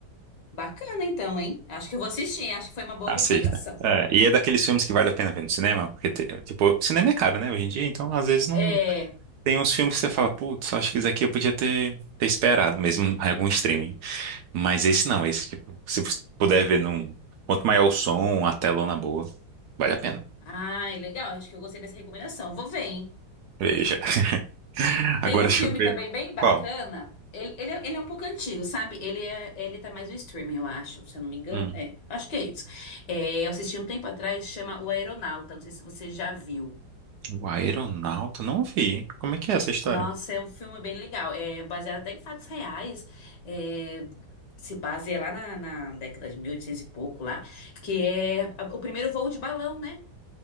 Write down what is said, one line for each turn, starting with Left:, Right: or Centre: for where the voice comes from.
Left: Bacana então, hein? Acho que eu vou assistir. Acho que foi uma boa
Right: Assista.
Left: recomendação.
Right: É, e é daqueles filmes que vale a pena ver no cinema, porque, te- tipo, cinema é caro, né, hoje em dia, então às vezes não.
Left: É.
Right: Tem uns filmes que você fala, putz, acho que esse aqui eu podia ter, ter esperado, mesmo em algum streaming. Mas esse não, esse, tipo, se você puder ver num. Quanto maior o som, a telona boa, vale a pena.
Left: Ai, legal. Acho que eu gostei dessa recomendação. Vou ver, hein?
Right: Veja. <laughs> Agora
Left: Tem um
Right: deixa
Left: filme
Right: eu ver.
Left: também bem bacana.
Right: Qual?
Left: Ele, ele, é- ele é um pouco antigo, sabe? Ele é, ele tá mais no streaming, eu acho, se eu não me engano.
Right: Hum,
Left: É, acho que é isso. É, eu assisti um tempo atrás, chama O Aeronauta. Não sei se você já viu.
Right: o Aeronauta? Não vi. Como é que é essa história?
Left: Nossa, é um filme bem legal. É baseado até em fatos reais. É, se baseia lá na, na década de 1800 e pouco lá, que é a- o primeiro voo de balão, né?